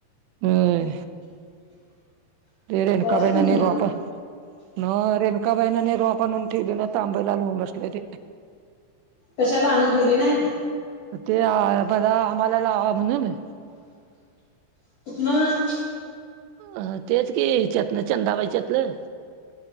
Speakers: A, on the right; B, on the left.
A: होय, रेेन
B: जायचं
A: का ब ना
B: नाही
A: नर
B: आपलं
A: वाप. न रेनकाबाईना ने रो आपणून ठेवले ना तांबईला लवून बसले ते,
B: कशाला आणून ठेवली नाही.
A: ते मला आम्हाला लावा म्हणून.
B: कुठं.
A: अ तेच हिच्यातन चंदाबाईच्यातलं.